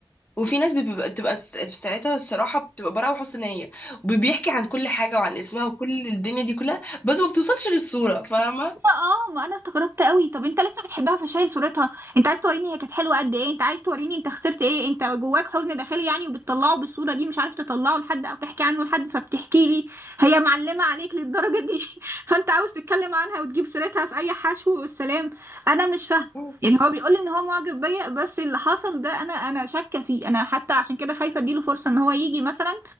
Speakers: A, on the left; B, on the right.
A: وفي ناس بتبقى بتبقى س- في ساعتها الصراحه بتبقى براءه وحسن نيه وبيحكي عن كل حاجه وعن اسمها وكل الدنيا دي كلها بس ما بتوصلش للصوره فاهمه
B: اه ما انا استغربت قوي طب انت لسه بتحبها فشايل صورتها انت عايز توريني هي كانت حلوه قد ايه انت عايز توريني انت خسرت ايه انت جواك حزن داخلي يعني وبتطلعه بالصوره دي مش عارف تطلعه لحد او تحكي عنه لحد فبتحكي لي هي معلمه عليك للدرجه دي <laughs> فانت عاوز تتكلم عنها وتجيب سيرتها في اي حشو والسلام انا مش فاهمه
A: <laughs>
B: يعني هو بيقول ان هو معجب بيا بس اللي حصل ده انا انا شاكه فيه انا حتى عشان كده خايفه اديله فرصه ان هو يجي مثلا